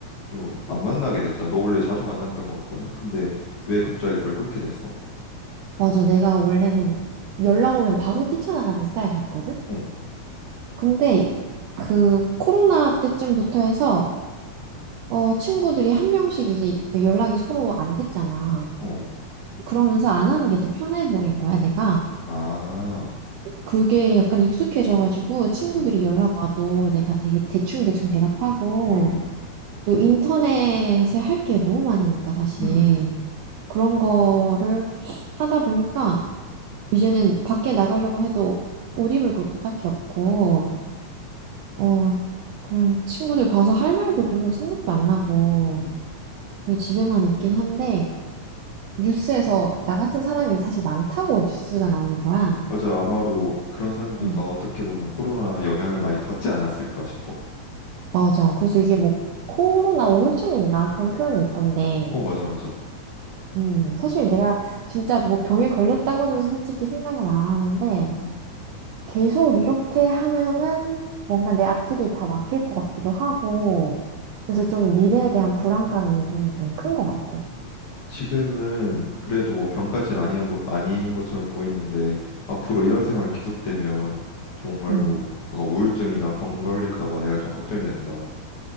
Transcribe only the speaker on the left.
좀 안 만나게 됐잖아. 너 원래 자주 만났던 거 같거든. 근데 왜 갑자기 그걸 끊게 됐어?
어,
어,
아,
음,
음,
음,
음,
음,
맞아. 아마도 그런 사람도
다 어떻게 보면 코로나 영향을 많이 받지 않았을까 싶어.
어, 맞아, 맞아.
음.
지금은 그래도 뭐 병까지는 아니어 보, 아닌 것처럼 보이는데 앞으로 이런 생활이 계속되면 정말로
뭔가 우울증이나 병 걸릴까 봐 내가 좀 걱정이 된다.